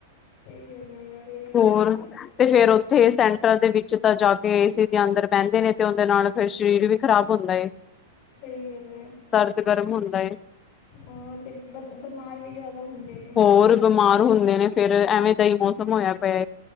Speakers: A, on the left (about 50°); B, on the left (about 25°).
A: ਸਹੀ ਗੱਲ ਹੈ ਯਾਰ ਇੰਨੀ
B: ਹੋਰ
A: ਗਰਮੀ ਚ ਬੰਦਾ ਕਿੱਥੇ
B: ਤੇ ਫਿਰ
A: ਜਾਵੇ।
B: ਉੱਥੇ ਸੈਂਟਰ। ਦੇ ਵਿੱਚ ਤਾਂ ਜਾ ਕੇ ਏਸੀ ਦੇ ਅੰਦਰ ਬਹਿੰਦੇ ਨੇ ਤੇ ਉਹਦੇ ਨਾਲ ਫਿਰ ਸਰੀਰ ਵੀ ਖ਼ਰਾਬ ਹੁੰਦਾ ਹੈ।
A: ਸਹੀ ਗੱਲ ਹੈ।
B: ਸਰਦ ਗਰਮ ਹੁੰਦਾ ਏ
A: ਹੋਰ ਤੇ ਬਿਮਾਰ ਵੀ ਜ਼ਿਆਦਾ ਹੁੰਦੇ ਨੇ।
B: ਹੋਰ ਬਿਮਾਰ ਹੁੰਦੇ ਨੇ ਫਿਰ ਐਵੇਂ ਦਾ ਹੀ ਮੌਸਮ ਹੋਇਆ ਪਿਆ